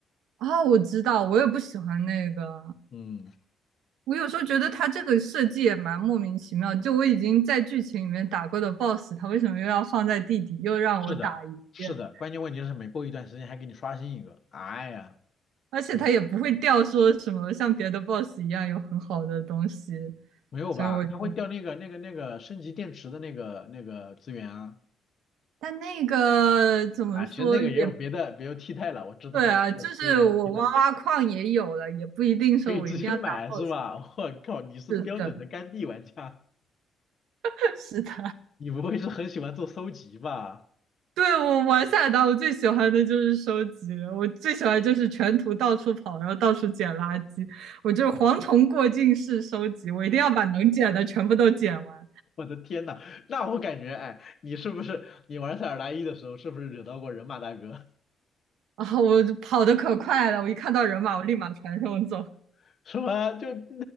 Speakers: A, on the right; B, on the left.
A: 啊，我知道，我也不喜欢那个，
B: 嗯，
A: 我有时候觉得他这个设计也蛮莫名其妙，就我已经在剧情里面打过的 BOSS，他为什么又要放在地底，又让我打一遍？
B: 是的，是的，关键问题是每过一段时间还给你刷新一个，哎呀，
A: 而且他也不会掉说什么像别的
B: 嗯，
A: BOSS 一样有很好的东西，
B: 没有吧？
A: 所以我就。
B: 他会掉那个那个那个升级电池的那个那个资源啊，
A: 但那个怎么说也
B: 啊，其实那个也有别的，别有替代了，我知道我知道，
A: 对啊，就是我挖挖矿也有了，
B: 就是也有替代。
A: 也不一定说我一定要打
B: 可以直接买是吧？
A: BOSS。
B: <laughs> 我靠，你是标准的肝地玩家，
A: 是的，<laughs> 是的，
B: 你不会是很喜欢做搜集吧？
A: <laughs> 对，我玩塞尔达，我最喜欢的就是收集了，我最喜欢就是全图到处跑，然后到处捡垃圾，我就是蝗虫过境式收集，我一定要把能捡的全部都捡完。
B: 我的天呐，那我感觉，哎，你是不是你玩塞尔达一的时候，是不是惹到过人马大哥？
A: 然后我就跑得可快了，我一看到人马，我立马传送走。
B: <laughs> 什么？就 <laughs>